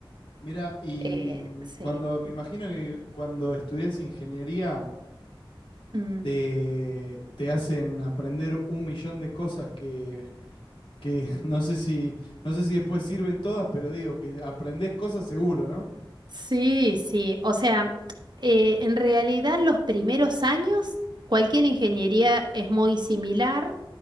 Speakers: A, on the left; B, on the right.
A: Mira, y
B: Eh,
A: mm,
B: sí.
A: cuando me imagino que cuando estudias ingeniería
B: Mm.
A: te, te hacen aprender un millón de cosas que, que <laughs> no sé si, no sé si después sirven todas, pero digo que aprendés cosas seguro, ¿no?
B: Sí, sí. O sea, eh, en realidad los primeros años cualquier ingeniería es muy similar